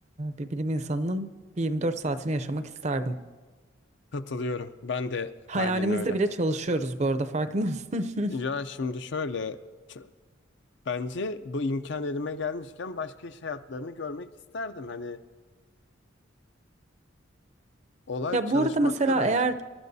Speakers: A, on the right; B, on the left.
A: bir bilim insanının bir 24 saatini yaşamak isterdim.
B: Katılıyorum. Ben de
A: Hayalimizde
B: aynen öyle.
A: bile çalışıyoruz bu arada farkında mısın?
B: Ya
A: <laughs>
B: şimdi şöyle ç- bence bu imkan elime gelmişken başka iş hayatlarını görmek isterdim. Hani olay
A: Ya
B: bir çalışmakta
A: bu arada mesela
B: bence.
A: eğer